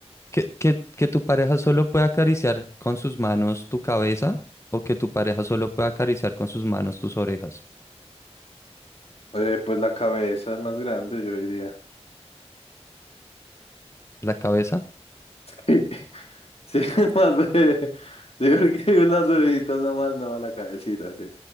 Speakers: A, on the left (about 25°); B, on the left (about 65°).
A: Que, que, que tu pareja solo pueda acariciar con sus manos tu cabeza. O que tu pareja solo pueda acariciar con sus manos tus orejas.
B: Eh, pues la cabeza es más grande, yo diría.
A: La cabeza.
B: Sí, sí, <laughs> más breve. Sí, porque las orejitas nomás, no, la cabecita, sí.